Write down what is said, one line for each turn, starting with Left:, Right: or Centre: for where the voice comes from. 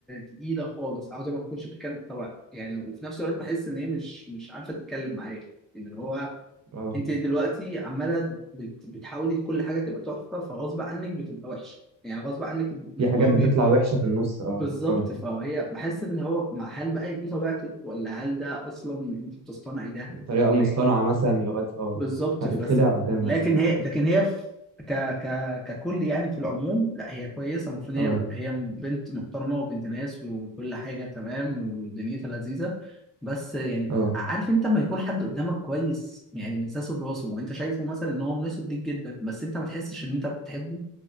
Centre: تقيلة خالص عاوزة ما تكونش بتتكلم طبعا يعني وفي نفس الوقت بحس إن هي مش مش عارفة تتكلم معايا يعني اللي هو
Right: اه
Centre: أنت دلوقتي عمالة بت- بتحاولي كل حاجة تبقى تحفة فغصب عنك بتبقى وحشة يعني غصب عنك الموضوع
Right: في حاجات بتطلع وحشه في النص اه
Centre: بالظبط
Right: اه
Centre: فهي بحس ان هو ما- هل بقى دي طبيعتك ولا هل ده اصلا انت بتصطنعي ده
Right: طريقه
Centre: ولا
Right: مصطنعه
Centre: ايه
Right: مثلا لغايه اه
Centre: بالظبط
Right: هتتخدع
Centre: بس
Right: قدام
Centre: لكن
Right: مثلا
Centre: هي لكن هي في ك ك ككل يعني في العموم لا هي كويسه المفروض
Right: اه
Centre: هي هي بنت محترمه وبنت ناس وكل حاجه تمام ودنيتها لذيذه بس يعني
Right: اه
Centre: عارف انت لما يكون حد قدامك كويس يعني من ساسه لراسه وانت شايفه مثلا ان هو مناسب ليك جدا بس انت ما تحسش ان انت بتحبه